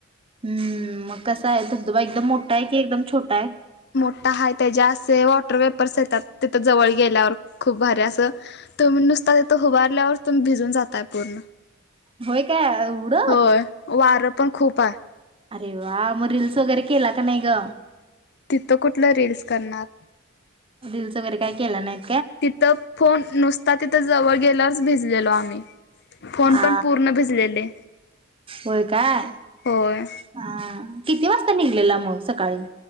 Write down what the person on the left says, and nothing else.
मोठा हाय त्याच्या असे वॉटर वेपर्स येतात तिथं जवळ गेल्यावर खूप भारी असं तुम्ही नुसता तिथं उभारल्यावर तुम्ही भिजून जातय पूर्ण
होय वारं पण खूप हाय.
तिथं कुठलं रील्स करणार.
तिथं फोन नुसता तिथं जवळ गेल्यावरच भिजलेलो आम्ही फोन
पण पूर्ण भिजलेले
होय.